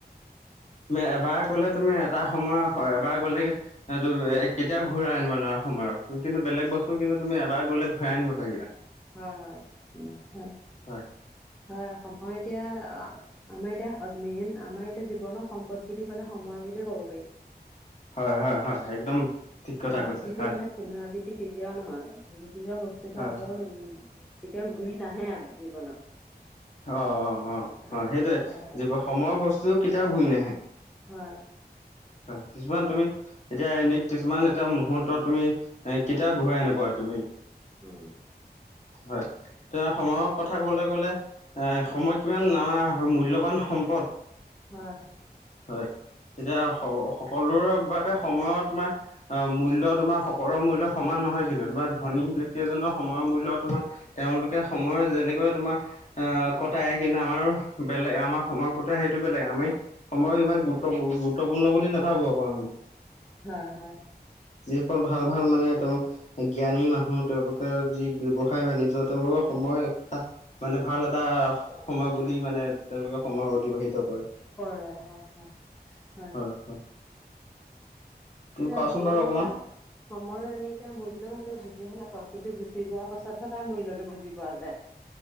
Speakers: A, on the left; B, in the centre.
A: তুমি এবাৰ কলে তুমি এটা সময় হয়, এবাৰ গলে সেইটো কেতিয়াও ঘূৰাই আনিব নোৱাৰা সময়ক, কিন্তু বেলেগ বস্তু কিন্তু তুমি এবাৰ গলে ঘূৰাই আনিব পাৰিবা।
B: হয় হয় উম হয়
A: হয়
B: হয়, সময় এতিয়া আমাৰ এতিয়া মেইন আমাৰ এতিয়া জীৱনৰ সম্পদ বুলি ক'লে সময় বুলিয়ে ক'ব পাৰি।
A: হয় হয় হয় একদম। ঠিক কথা
B: আকৌ
A: কৈছা
B: যিটো
A: হয়
B: মানে পুনৰাবৃত্তি কেতিয়াও নহয়, যিটোহে বস্তুটো
A: হয়
B: আকৌ
A: হয়।
B: উ কেতিয়াও ঘূৰি নাহে আৰু জীৱনত।
A: অ অ অ
B: হয়
A: অ সেইটোয়ে
B: হয় হয়
A: যোৰ সময়ৰ বস্তু কেতিয়াও ঘূৰি নাহে।
B: হয়।
A: হয় কিছুমান তুমি- এতিয়া এনে কিছুমান এটা মুহূুৰ্তত তুমি এ কেতিয়াও ঘূৰাই নাপোৱা তুমি।
B: হয়
A: হয়। তিয়া সময়ৰ কথা কবলৈ গ'লে এ সময় কিমান আমাৰ মূল্যবান সম্পদ।
B: হয়।
A: হয় তেতিয়া সকলোৰে বাবে সময়ত তোমাৰ- অঁ মূল্য তোমাৰ সকলোৰ মূল্য সমান নহয় কিন্তু তোমাৰ ধনী
B: উম,
A: বক্তি এজনৰ সময়ৰ মূল্য় তোমাৰ তেওঁলোকে সময়ৰ যেনেকৈ তোমাৰ- আহ কটাই কিনে আমাৰ বেলেগ আমাৰ সময় কটাই সেইটো বেলেগ আমি সময় ইমান গুৰুত্ব গুৰুত্বপূৰ্ণ বুলি নাভাবো আকৌ আমি।
B: হয় হয়।
A: যিসকল ভাল ভাল মানে তেওঁ- জ্ঞানী মানুহ তেওঁলোকৰ যি ব্য্য়ৱসায় বাণিজ্য তেওঁলোকৰ সময় এটা- মানে ভাল এটা সময় বুলি মানে তেওঁলোকে সময় অতিবাহিত কৰে।
B: হয় হয় হয় হয়।
A: তুমি
B: এ
A: কোৱাচোন বাৰু অকমান।
B: এতিয়া সময় আমি ইতা মূল্য সটো বুজিহে নাপাওঁ কিন্তু গুচি যোৱা পাছতহে তাৰ মূল্যটো বুজি পোৱা যায়।